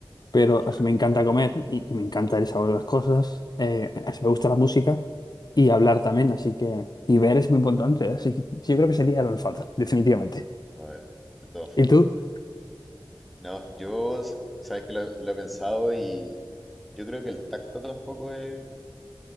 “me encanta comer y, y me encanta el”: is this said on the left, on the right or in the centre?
Left